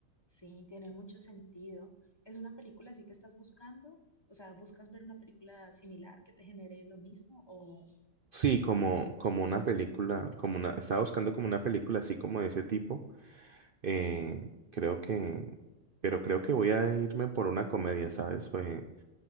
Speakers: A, on the left; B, on the right.
A: sí, tiene mucho sentido. ¿Es una película así que estás buscando? O sea, ¿buscas ver una película similar que te genere lo mismo? O
B: Sí, como, como una película, como una, estaba buscando como una película así como de ese tipo. eh, creo que, pero creo que voy a irme por una comedia, ¿sabes? Pues,